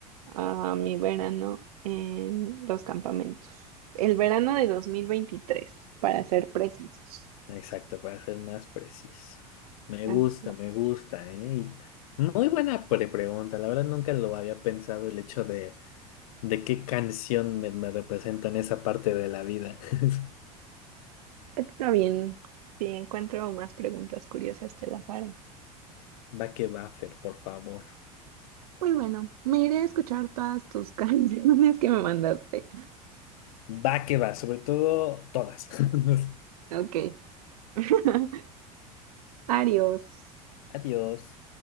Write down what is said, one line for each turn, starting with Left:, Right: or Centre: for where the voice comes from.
Right: a mi verano en los campamentos. El verano de 2023, para ser precisos.
Left: Exacto, para ser más preciso. Me
Right: Así
Left: gusta, me gusta, ¿eh? Y muy buena pre- pregunta. La verdad nunca lo había pensado el hecho de, de qué canción me, me representa en esa parte de la vida. <laughs>
Right: Está bien. Si encuentro más preguntas curiosas, te las haré.
Left: Va que va, Fer, por favor.
Right: Pues bueno, me iré a escuchar todas tus <laughs> canciones que me mandaste.
Left: Va que va, sobre todo todas. <laughs>
Right: Ok. <laughs> Adiós.
Left: Adiós.